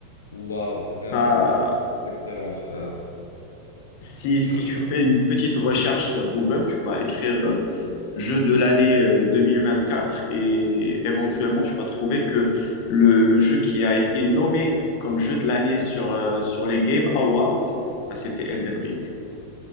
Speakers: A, on the left; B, on the left.
A: Waouh, vraiment
B: Bah,
A: un jeu très excellent, frère.
B: si,
A: Surtout.
B: si tu fais une petite recherche sur Google, tu vas écrire euh, jeu de l'année euh, 2024 et éventuellement tu vas trouver que le, le jeu qui a été nommé comme jeu de l'année sur, euh, sur les Game Awards, bah, c'était Elden Ring.